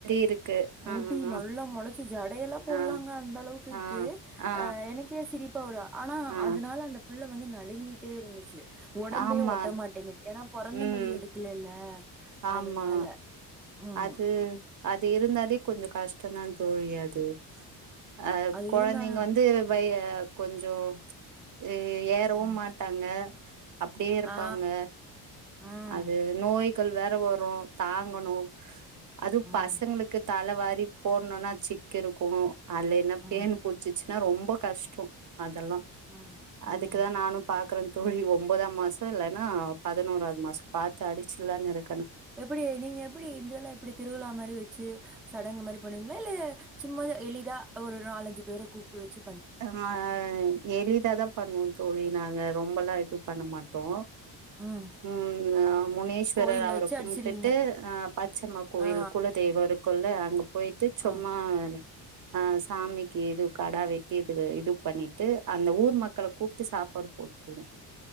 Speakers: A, on the right; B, in the centre.
A: இருக்கு ஆ
B: முடி
A: ஆ
B: நல்லா மொளச்சு ஜடையெல்லா போட்லாங்க
A: ஆ
B: அந்த அளவுக்கு இருக்கு.
A: ஆ ஆ
B: அஹ் எனக்கே சிரிப்பா வரு ஆனா
A: ஆ
B: அதுனால அந்த புள்ள வந்து நலுங்கிட்டே இருந்துச்சு உடம்பே
A: ஆமா
B: ஒட்ட
A: அது
B: மாட்டேங்கு ஏன்னா பொறந்த
A: ம்
B: முடி எடுக்கலேல்ல
A: ஆமா
B: அதனால ம்
A: அது அது இருந்தாதே கொஞ்ச கஷ் டந்தா தோழி அது அஹ்
B: அது
A: குழந்தைங்க
B: இருந்தாலும்
A: வந்து பய அ கொஞ்சோ ம் ஏறவும்
B: ம்
A: மாட்டாங்க அப்டியே இருப்பாங்க
B: ஆ ம்
A: அது நோய் க்கள் வேற வரு தாங்கணு அது
B: ம்.
A: பசங்ளுக்கு தலவாரி போடணுனா சிக்கு இருக்கு. ஆலைனா
B: ம்
A: பேன் புச்சுச்சு னா ரொம்போ கஷ்டோ அதெல்லா
B: ம்
A: அதுக்குதா
B: ம்
A: நானு பாக்குற. தோழி ஒம்பதாம் மாசோ இல்லனா பதினோராது மாசோ பாத்து அடிச்சுலான்னு இரு
B: எப்பிடி நீங்க எப்பிடி இதெல்லா எப்டி திருவிழா மாரி வெச்சு சடங்குமாரிப் பண்ணுவிங்ளா இல்ல சும்மா எளிதா ஒரு நாலஞ்சு பேர கூப்ட்டு வெச்சு
A: ஆமா எளிதாதா பண்ணுவோ தோழி நாங்க ரொம்பெல்லா இது பண்ண மாட்டோ.
B: ம்
A: உம் முனேஸ்வரர்
B: கோயில்ல
A: அவர
B: வச்சு
A: கும்பிட்டுட்டு
B: அடிச்சிருவீங்க
A: அஹ் பச்சம்மா கோயில்
B: ஆ
A: குலதெய்வோ இருக் குல்ல அங்க போய்ட்டு சும்மா
B: ஆ
A: ஆஹ் சாமிக்கு எது கெடா வெட் டீகிது இது பண்ணிட்டு அந்த ஊ மக்கள கூப்ட்டு சாப்பாடு போட்ருவோ